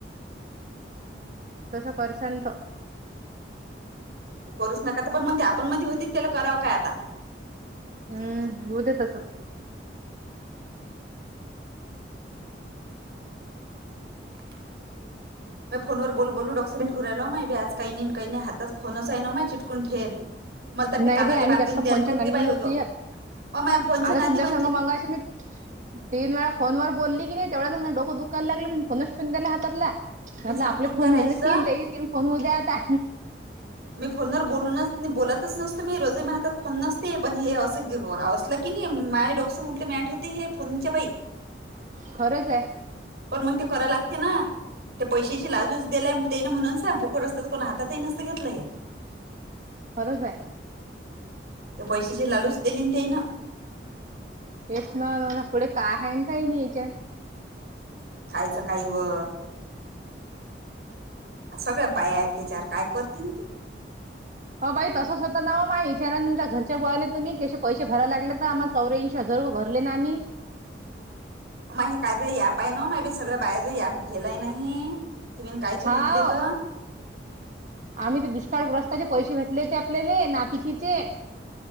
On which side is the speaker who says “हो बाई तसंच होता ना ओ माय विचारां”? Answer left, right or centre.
Right